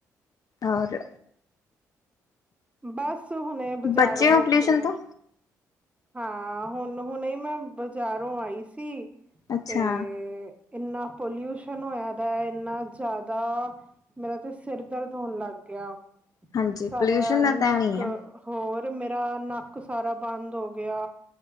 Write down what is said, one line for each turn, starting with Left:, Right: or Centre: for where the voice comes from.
Left: ਔਰ
Right: ਬਸ ਹੁਨੇ ਬੁਜ਼ਾਰੋ
Left: ਬਚੇ ਹੋ
Right: ਹੋਕੇ
Left: ਪੋਲਿਊਸ਼ਨ ਤੋਂ?
Right: ਹਾਂ, ਹੁਣ-ਹੁਣੇ ਮੈਂ ਬਜ਼ਾਰੋਂ ਆਈ ਸੀ,
Left: ਅੱਛਾ
Right: ਤੇ ਇੰਨਾ ਪੋਲਿਊਸ਼ਨ ਹੋਇਆ ਦਾ ਏ। ਇੰਨਾ ਜਾਦਾ ਮੇਰਾ ਤੇ ਸਿਰ ਦਰਦ ਹੋਣ ਲੱਗ ਗਿਆ।
Left: ਹਾਂਜੀ
Right: ਸਾਰਾ
Left: ਪੋਲਿਊਸ਼ਨ ਦਾ
Right: ਨੱਕ
Left: ਤਾਂ ਐਵੇਂ ਹੀ ਆ
Right: ਹੋਰ ਮੇਰਾ ਨੱਕ ਸਾਰਾ ਬੰਦ ਹੋ ਗਿਆ।